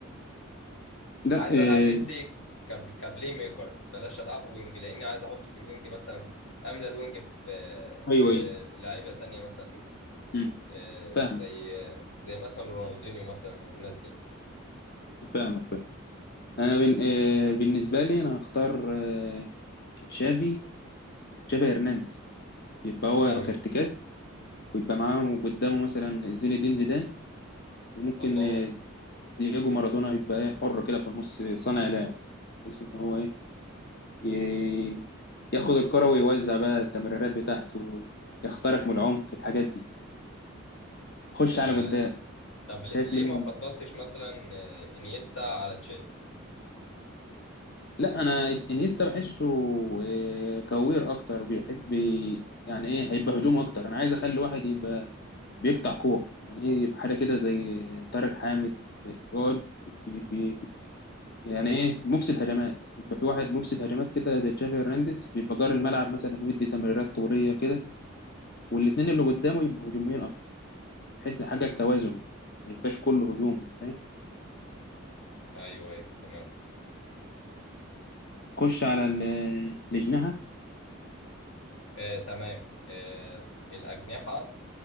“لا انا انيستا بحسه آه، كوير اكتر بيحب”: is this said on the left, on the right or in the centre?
Left